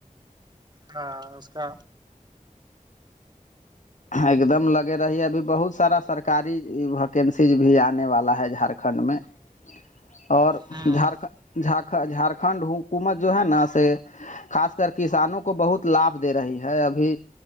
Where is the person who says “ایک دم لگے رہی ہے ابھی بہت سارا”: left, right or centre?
Left